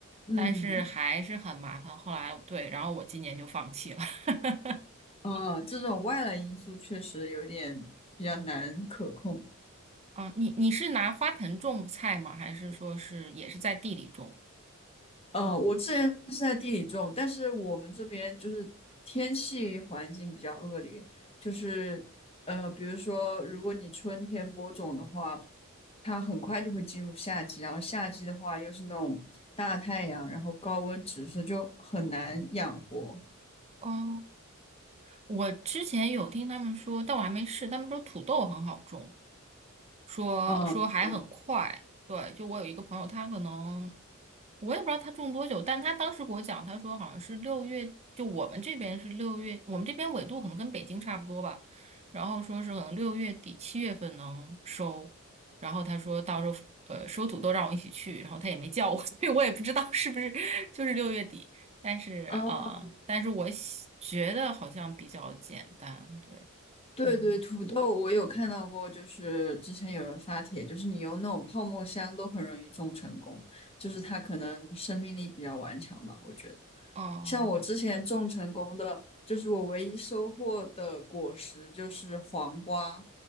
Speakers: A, on the left; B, on the right.
A: 嗯
B: 但是还是很麻烦。后来对，然后我今年就放弃了。<laughs>
A: 啊，这种外来因素确实有点比较难可控。
B: 嗯，你你是拿花盆种菜吗？还是说是也是在地里种？
A: 嗯，我之前是在地里种，但是我们这边就是天气环境比较恶劣，就是呃，比如说如果你春天播种的话，它很快就会进入夏季，然后夏季的话又是那种大太阳，然后高温直射，就很难养活。
B: 哦，我之前有听他们说，但我还没试。他们说土豆很好种，说说还很快。
A: 嗯，对。
B: 对，就我有一个朋友，他可能我也不知道他种多久，但他当时给我讲，他说好像是六月，就我们这边是六月，我们这边纬度可能跟北京差不多吧。然后说是可能六月底七月份能收，然后他说到时候呃收土豆让我一起去，然后他也没叫我，<laughs> 所以我也不知道是不是就是六月底。但是啊、
A: 哦，
B: 呃但是我喜觉得好像比较简单，对，
A: 对对，
B: 嗯，
A: 土豆我有看到过，就是之前有人发帖，就是你用那种泡沫箱都很容易种成功，就是它可能生命力比较顽强吧，我觉得。
B: 哦
A: 像我之前种成功的，就是我唯一收获的果实就是黄瓜，